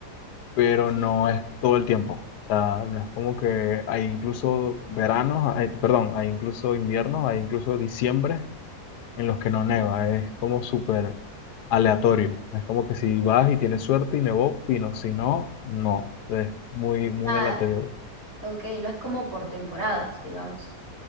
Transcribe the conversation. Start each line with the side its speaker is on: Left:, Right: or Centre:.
Left: pero
Right: Sí.
Left: no es todo el tiempo. O sea, no es como que hay incluso veranos, hay- perdón, hay incluso inviernos, hay incluso diciembre en los que no neva.
Right: ujú.
Left: Es como súper aleatorio. No Es como que si vas y tienes suerte y nevó, fino. Si no, no. Es muy, muy
Right: Ah,
Left: aleatorio.
Right: ok, no es como por temporadas, digamos.